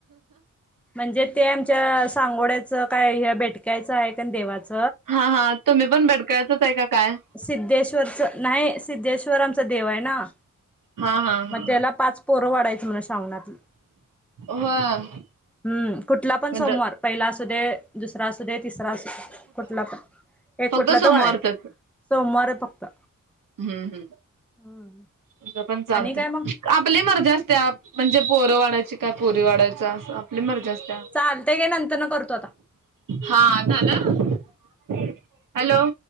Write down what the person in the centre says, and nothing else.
म्हणजे ते आमच्या सांगोड्यात च काय हे भेटकायचं आहे कण देवाच
सिद्धेश्वरचं, नाही सिद्धेश्वर आमचा देव आहे ना
मग
त्याला पाच पोरं वाडायची म्हण श्रावणात
हम्म, कुठला पण
सोमवार. पहिला असूदे, दुसरा असूदे, तिसरा असूदे कुठला पण एक
कुठला
तर वाढायचं सोमवारी फक्त
हम्म
आणि काय मग
चालतय काय नंतर न करतो आता